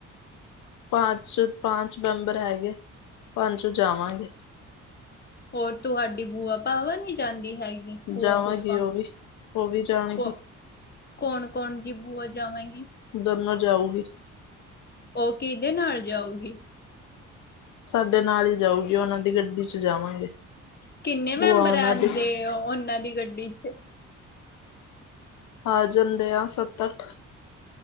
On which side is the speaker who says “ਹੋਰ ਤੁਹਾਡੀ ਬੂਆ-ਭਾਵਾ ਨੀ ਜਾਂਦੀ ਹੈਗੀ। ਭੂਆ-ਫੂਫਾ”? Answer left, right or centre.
Left